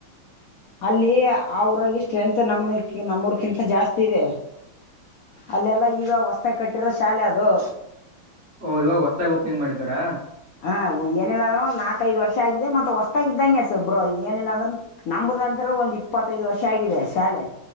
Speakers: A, on the left; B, on the right.
A: ಅಲ್ಲಿ ಆ ಊರಲ್ಲಿ ಸ್ಟ್ರೆಂಗ್ತ್ ನಮ ನಮ್ಮೂರ್ಕಿಂತ ಜಾಸ್ತಿ ಇದೆ. ಅಲ್ಲೆಲ್ಲ ಈಗ ಹೊಸ್ತಾಗಿ ಕಟ್ಟಿರೋ ಶಾಲೆ ಅದು.
B: ಓಹ್ ಇವಾಗ ಹೊಸದಾಗಿ ಓಪನಿಂಗ್ ಮಾಡಿದಾರಾ.
A: ಹಾ ಏನಿಲ್ಲ ಅಂದ್ರು ಒಂದು ನಾಕ್ಕೈದು ವರ್ಷ ಆಗಿದೆ ಮತ್ತ ಹೊಸ್ತಾಗಿ ಇದ್ದಂಗೆ ಸೊ ಬ್ರೋ ಈಗ ಏನಿಲ್ಲ ಅಂದ್ರು ನಂಬುದಂತ. ಬ್ರೋ ಒಂದ್ ಇಪ್ಪತ್ತೈದು ವರ್ಷ ಆಗಿದೆ ಶಾಲೆ